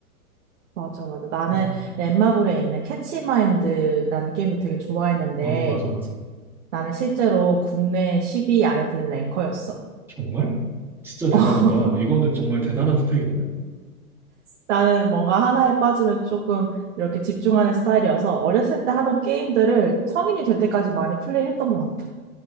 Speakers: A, on the right; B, in the centre.
A: 맞아, 맞아. 나는
B: 음.
A: 엠마블에 있는 캐치마인드라는 게임도 되게 좋아했는데
B: 아, 맞아, 맞아.
A: 나는 실제로 국내 10위 안에 드는 랭커였어.
B: 정말? 진짜 대단하다.
A: <laughs>
B: 이거는 정말 대단한 스펙인데?
A: 나는 뭔가 하나에 빠지면 조금 이렇게 집중하는 스타일이어서 어렸을 때 하던 게임들을 성인이 될 때까지 많이 플레이했던 것 같아.